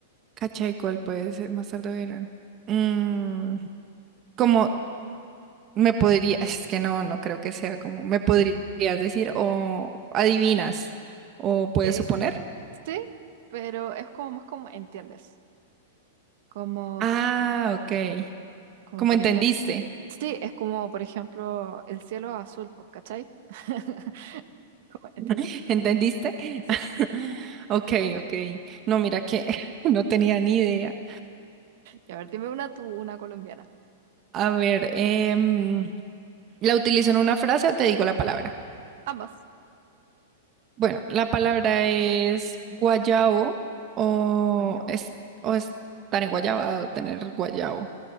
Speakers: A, on the right (about 35°); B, on the right (about 60°).
A: cachai, ¿cuál puede ser? Más tarde verán. Mm, como me podría, es que no, no creo que sea como, me podrías decir o adivinas o puedes
B: Eh,
A: suponer.
B: sí, pero es como más como entiendes. Como
A: Ah, ok.
B: Como
A: ¿Cómo
B: por
A: entendiste?
B: ejemplo, sí, es como por ejemplo el cielo azul, pues, ¿cachai? <laughs> ¿Cómo? ¿Entiendes?
A: <laughs> ¿Entendiste?
B: Sí.
A: <laughs> Ok, ok. No, mira que <laughs> no tenía ni idea.
B: Y a ver, dime una tú, una colombiana.
A: A ver, em, ¿la utilizo en una frase o te digo la palabra?
B: Ambas.
A: Bueno, la palabra es guayabo o,
B: Guayabo.
A: es, o estar en guayabado, tener guayabo.